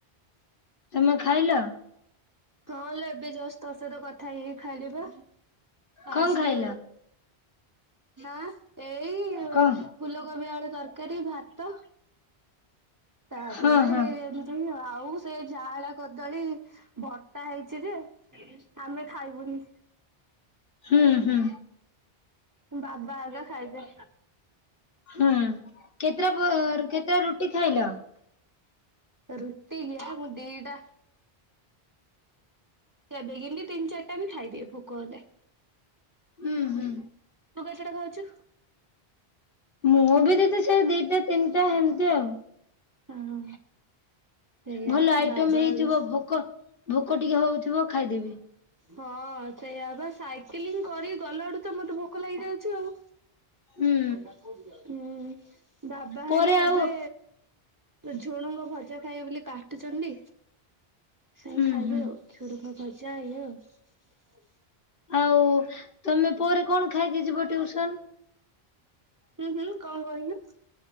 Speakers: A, on the left (about 60°); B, on the right (about 20°).
A: ତମେ ଖାଇଲ
B: ହଁ ଲୋ! ଏବେ ଜଷ୍ଟ ତ ସହିତ କଥ ଥାାଇଇି ଖାଇଲେ ବା ଫାଷ୍ଟ
A: କଣ ଖାଇଲ?
B: ଆଁ ଏଇ
A: କଣ
B: ଫୁଲକୋବି ଆଳୁ ତରକାରୀ ଭାତ। ତାପରେ,
A: ହଁ ହଁ
B: ଏମିତିହିଁ ଆଉ ସେ ଯାଆଳା କଦଳୀ ଭର୍ତ୍ତା ହେଇ ଛି ଯେ ଆମେ ଖାଇବୁନି।
A: ହୁଁ ହୁଁ
B: ବାବା ଆଗା ଖାଇଵେ।
A: ହୁଁ କେତେଟା କେତେଟା ରୁଟି ଖାଇଲ?
B: ରୁଟି ଯ ମୁଁ ଦିଟା କେବେେକିନ୍ତି ତିନି ଚାରିଟା ବି ଖାଇଦିଏ, ଭୋକ ହେଲେ
A: ହୁଁ ହୁଁ,
B: ତୁ କେତେଟା ଖାଉଛୁ?
A: ମୁଁ ବି ଦେଖ ସେ ଦିଟା ତିନିଟା ହେମତି ଆଉ
B: ହଁ ସେଇଆ
A: ଭଲ ଆଇଟମ୍
B: ବାବା
A: ହେଇଥିବ
B: ଆଁ
A: ଭୋକ ଭୋକ ଟିକେ ହଉଥିବ ଖାଇଦେବି।
B: ହଁ ସେଇଆ ବା ସାଇକିଲିଂ କରି ଗଲା ଆଡ଼ୁ ତ ମୋତେ ଭୋକ ଲାଗିଯାଉଛି ଆଉ।
A: ହୁଁ
B: <unintelligible> ହୁଁ। ବାବା ହେଲେ
A: ପରେ
B: ଏବେ
A: ଆଉ
B: ଝୁଡ଼ୁଙ୍ଗ ଭଜା ଖାଇବେ ବୋଲି କାଟୁଛନ୍ତି। ସେଇ
A: ହୁଁ
B: ଖାଇବେ
A: ହୁଁ।
B: ଆଉ <unintelligible> ଯାଇ ହୋ <unintelligible>
A: ଆଉ ତମେ ପରେ କଣ ଖାଇକି ଯିବ ଟିଉସନ୍?
B: ହୁଁ ହୁଁ କଣ କହିଲୁ?